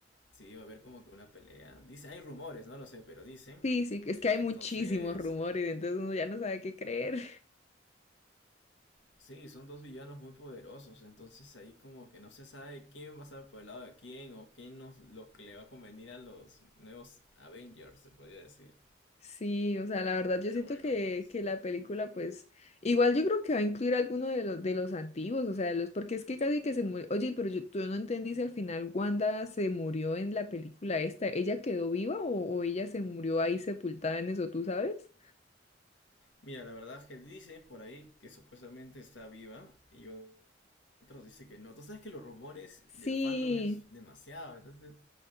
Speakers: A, on the left; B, on the left.
A: sí, va a haber como que una pelea. Dice, hay rumores, no lo sé, pero dicen.
B: Sí, sí, es
A: Y
B: que hay
A: entonces...
B: muchísimos rumores, entonces uno ya no sabe qué creer.
A: Sí, son dos villanos muy poderosos, entonces ahí como que no se sabe quién va a estar por el lado de quién o quién nos, lo que le va a convenir a los nuevos Avengers, se podría decir.
B: Sí, o sea, la verdad yo
A: Pero
B: siento
A: bueno,
B: que,
A: pues.
B: que la película, pues, igual yo creo que va a incluir alguno de los, de los antiguos, o sea, los, porque es que casi que se murió, oye, pero yo, tú no entendí si al final Wanda se murió en la película esta, ¿ella quedó viva o, o ella se murió ahí sepultada en eso, tú sabes?
A: Mira, la verdad es que dicen por ahí que supuestamente está viva y otros dicen que no. Tú sabes que los rumores del
B: Sí,
A: fandom es demasiado, entonces